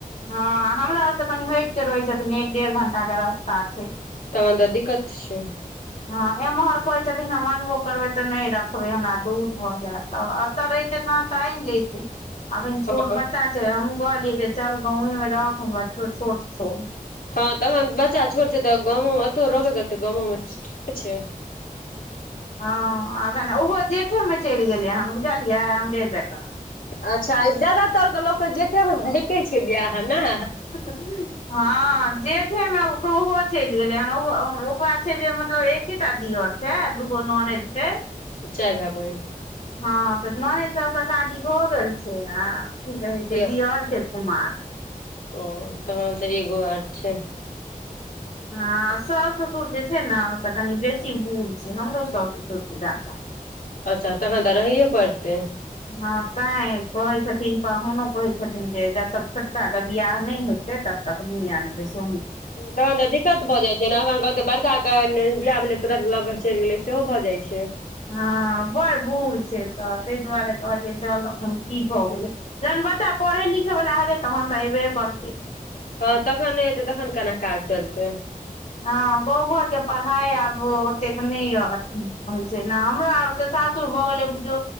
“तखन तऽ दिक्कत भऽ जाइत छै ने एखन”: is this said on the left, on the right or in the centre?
Left